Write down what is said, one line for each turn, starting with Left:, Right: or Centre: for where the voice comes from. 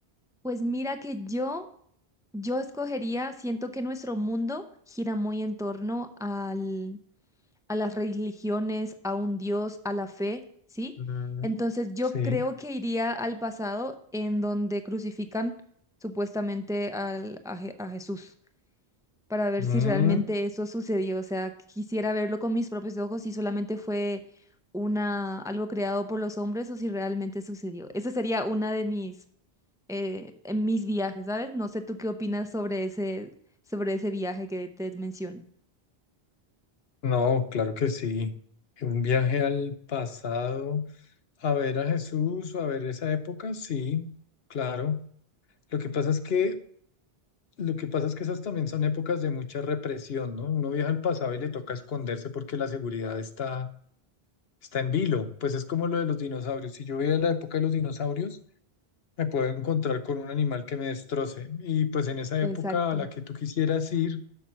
Centre: Pues mira que yo, yo escogería, siento que nuestro mundo gira muy en torno al, a las religiones, a un Dios, a la fe, ¿sí?
Left: Mm,
Centre: Entonces yo
Left: sí.
Centre: creo que iría al pasado en donde crucifican supuestamente al, a, Je- a Jesús para ver
Left: Mm,
Centre: si realmente eso sucedió. O sea, quisiera verlo con mis propios ojos si solamente fue una, algo creado por los hombres o si realmente sucedió. Esa sería una de mis eh, en mis viajes, ¿sabes? No sé tú qué opinas sobre ese, sobre ese viaje que te menciono.
Left: no, claro que sí. Un viaje al pasado, a ver a Jesús, a ver esa época, sí, claro. Lo que pasa es que, lo que pasa es que esas también son épocas de mucha represión, ¿no? Uno viaja al pasado y le toca esconderse porque la seguridad está, está en vilo. Pues es como lo de los dinosaurios. Si yo voy a la época de los dinosaurios, me puedo encontrar con un animal que me destroce. Y pues en esa época
Centre: Exacto,
Left: a la que tú quisieras ir,